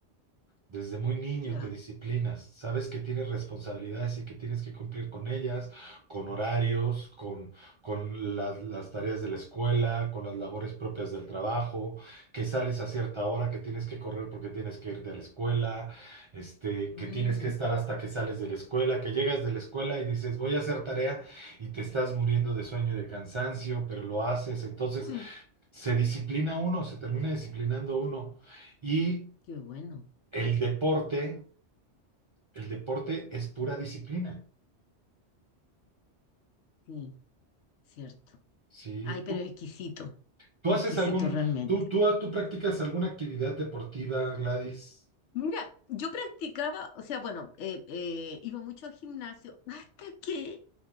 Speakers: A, on the right (about 50°); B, on the left (about 85°).
A: Desde muy niño
B: ya.
A: te disciplinas, sabes que tienes responsabilidades y que tienes que cumplir con ellas, con horarios, con, con las, las tareas de la escuela, con las labores propias del trabajo, que sales a cierta hora, que tienes que correr porque tienes que irte a la escuela, este,
B: Mm.
A: que tienes que estar hasta que sales de la escuela, que llegas de la escuela y dices voy a hacer tarea y te estás muriendo de sueño y de cansancio, pero lo haces. Entonces
B: <laughs>
A: se disciplina uno, se termina disciplinando uno. Y
B: Qué bueno,
A: el deporte. El deporte es pura disciplina.
B: sí, cierto.
A: Sí,
B: Ay, pero
A: tú,
B: exquisito,
A: tú
B: exquisito
A: haces algún,
B: realmente.
A: tú, tú, ah, tú practicas alguna actividad deportiva, Gladys.
B: Mira, yo practicaba, o sea, bueno, eh, eh, iba mucho al gimnasio hasta que